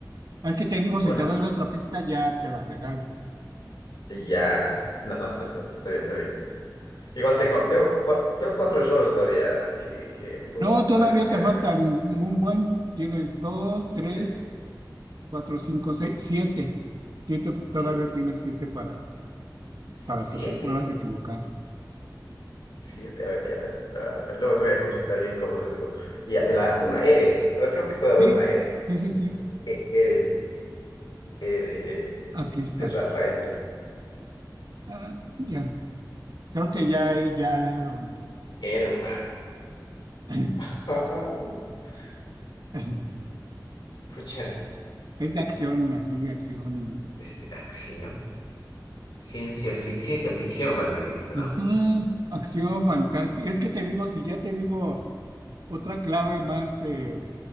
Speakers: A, on the right (about 60°); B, on the left (about 85°).
A: Es que te digo, si
B: una,
A: te doy la otra pista, ya te la regalo.
B: ya, no, no, no, está, está bien, está bien. Igual tengo, tengo, cua- tengo cuatro errores todavía, así que, que puedo,
A: No, todavía
B: puedo arriesgar.
A: te faltan
B: yo.
A: un buen. Tienes dos, tres,
B: Sí,
A: cuatro, cinco, seis, siete. Siete,
B: siete.
A: todavía tienes siete para
B: Sí,
A: para
B: siete.
A: que te puedas equivocar.
B: Siete, a ver, ya. a- a- Luego te voy a consultar bien cómo es eso, pero. Ya, la- una R. A ver, creo que puede haber
A: Sí,
B: una R.
A: sí, sí, sí,
B: E- R, R de,
A: aquí está.
B: de Rafael.
A: Ah, ya, creo que ya ahí ya
B: Herma.
A: <clears throat>
B: <laughs>
A: <laughs>
B: Pucha.
A: es de acción, así de acción.
B: Este, acción. Ciencia, fic- ciencia ficción, más me dijiste,
A: Ujú,
B: ¿no?
A: Acción fantástica. Es que te digo, si ya te digo otra clave más, eh,